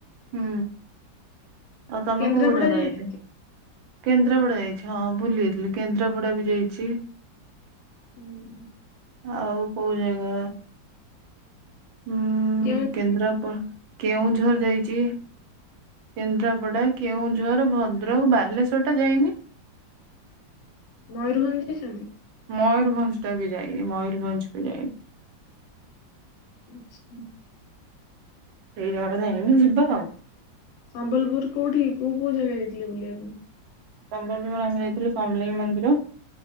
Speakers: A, on the right; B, on the left.
A: ହୁଁ ଆଉ ତମେ
B: କେନ୍ଦ୍ରାପଡା
A: କୋଉ କୋଉ ଜାଗା
B: ଯାଇନାହାନ୍ତି?
A: ଯାଇଛ? କେନ୍ଦ୍ରାପଡା ଯାଇଛି ହଁ ଭୁଲି ଯାଇଥିଲି କେନ୍ଦ୍ରାପଡା ବି ଯାଇଛି।
B: ହୁଁ।
A: ଆଉ କୋଉ ଜାଗା। ହୁଁ
B: କେଉଁ
A: କେନ୍ଦ୍ରାପଡ଼ା କେଉଁଝର ଯାଇଛି। କେନ୍ଦ୍ରାପଡ଼ା, କେଉଁଝର, ଭଦ୍ରକ, ବାଲେଶ୍ୱର ଟା ଯାଇନି।
B: ମୟୂରଭଞ୍ଜ ଯାଇଛନ୍ତି।
A: ମୟରଭଞ୍ଜ ଟା ବି ଯାଇନି ମୟୂରଭଞ୍ଜ ବି ଯାଇନି।
B: ଆଚ୍ଛା।
A: ସେଇ ଜାଗାଟା ଯାଇନି ଯିବା ଆଉ।
B: ସମ୍ବଲପୁର କୋଉଠି କି କୋଉ କୋଉ ଜାଗା ଯାଇଥିଲେ ବୁଲିବା ପାଇଁ?
A: ସମ୍ବଲପୁର ଆମେ ଯାଇଥିଲୁ ସମଲେଇ ମନ୍ଦିର।